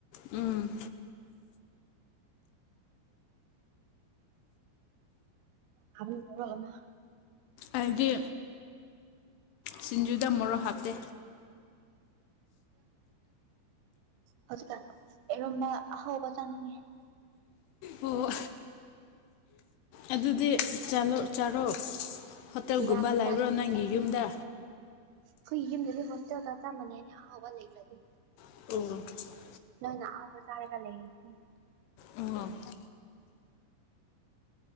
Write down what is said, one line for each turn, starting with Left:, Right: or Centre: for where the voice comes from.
Left: ꯎꯝ
Right: ꯍꯃꯨ ꯑꯔꯣꯟ ꯑꯃ
Left: ꯑꯩꯗꯤ ꯁꯤꯡꯖꯨꯗ ꯃꯣꯔꯣꯛ ꯍꯥꯞꯇꯦ
Right: ꯍꯧꯖꯤꯛꯀꯥꯟ ꯑꯦꯔꯨꯝꯕ ꯑꯍꯥꯎꯕ ꯆꯥꯅꯤꯡꯉꯦ
Left: ꯎ ꯑꯗꯨꯗꯤ ꯆꯥꯔꯣ ꯆꯥꯔꯣ ꯍꯣꯇꯦꯜꯒꯨꯝꯕ
Right: ꯌꯥꯝ
Left: ꯂꯩꯕ꯭ꯔ
Right: ꯆꯥꯅꯤꯡꯉꯦ
Left: ꯅꯪꯒꯤ ꯌꯨꯝꯗ
Right: ꯑꯩꯈꯣꯏ ꯌꯨꯝꯗꯗꯤ ꯍꯣꯁꯇꯦꯜꯒ ꯆꯥꯞ ꯃꯅꯩꯗ ꯑꯍꯥꯎꯕ ꯂꯩꯕꯗꯤ
Left: ꯑꯣ
Right: ꯅꯪꯅ ꯑꯍꯥꯎꯕ ꯆꯥꯔꯒ ꯂꯩꯔꯤꯁꯤ
Left: ꯑꯣ